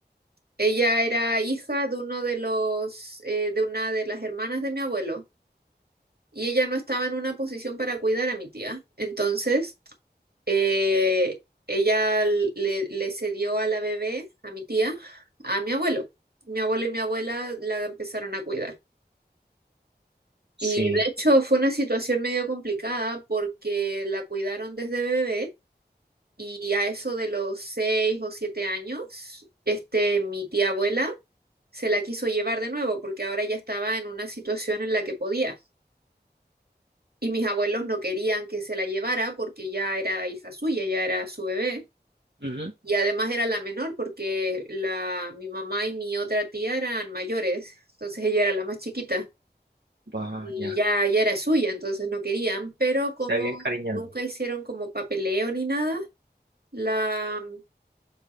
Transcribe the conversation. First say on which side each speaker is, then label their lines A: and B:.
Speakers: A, on the right (about 65°); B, on the right (about 85°).
A: ella era hija de uno de los, eh, de una de las hermanas de mi abuelo, y ella no estaba en una posición para cuidar a mi tía. Entonces, eh, ella le, le cedió a la bebé, a mi tía, a mi abuelo. Mi abuelo y mi abuela la empezaron a cuidar.
B: Sí.
A: Y de hecho fue una situación medio complicada porque la cuidaron desde bebé Y a eso de los seis o siete años, este, mi tía abuela se la quiso llevar de nuevo porque ahora ya estaba en una situación en la que podía. Y mis abuelos no querían que se la llevara porque ya era hija suya, ya era su bebé.
B: Ujú.
A: Y además era la menor porque la, mi mamá y mi otra tía eran mayores, entonces ella era la más chiquita
B: Va,
A: y
B: ya.
A: ya, ya era suya, entonces no querían, pero como
B: Se había encariñado.
A: nunca hicieron como papeleo ni nada, la,